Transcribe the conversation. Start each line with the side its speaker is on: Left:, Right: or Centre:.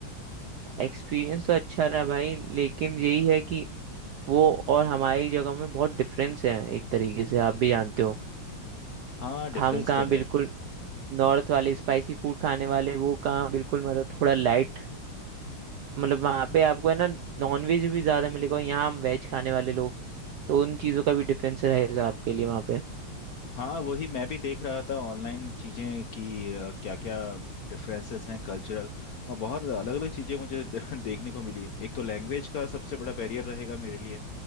Right: एक्सपीरियंस तो अच्छा रहा भाई लेकिन यही है कि वो और हमारी जगह में बहुत डिफरेंस है एक तरीके से आप भी जानते हो
Left: हाँ डिफरेंस
Right: हम कहाँ
Left: तो
Right: बिल्कुल
Left: है
Right: नॉर्थ वाले स्पाइसी फूड खाने वाले वो कहाँ बिल्कुल मतलब थोड़ा लाइट मतलब वहाँ पे आपको है ना नॉन वेज भी ज़्यादा मिलेगा और यहाँ हम वेज खाने वाले लोग तो उन चीज़ों का भी डिफरेंस रहेगा आपके लिए वहाँ पे
Left: हाँ वही मैं भी देख रहा था ऑनलाइन चीज़ें कि क्या क्या डिफरेंसेस हैं कल्चरल और बहुत अलग अलग चीज़ें मुझे <laughs> देखने को मिली एक तो लैंग्वेज का सबसे बड़ा बैरियर रहेगा मेरे लिए